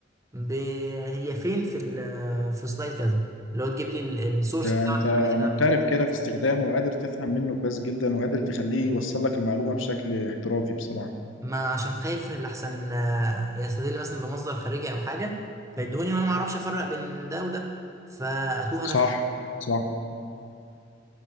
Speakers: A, on the right; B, on the left.
A: ب... هي فين في ال... آه، في سلايد كذا اللي هو تجيب لي ال- السورس
B: ده
A: بتاع
B: انت
A: من الحاجات اللي
B: محترف
A: عملها
B: كده في استخدامه وقادر تفهم منه كويس جدا وقادر تخليه يوصل لك المعلومة بشكل احترافي بصراحة
A: ما عشان خايف لحسن آه، يستدل مثلا بمصدر خارجي او حاجه فيدوني وانا ما اعرفش افرق بين ده وده فاتوه
B: صح
A: انا في
B: صح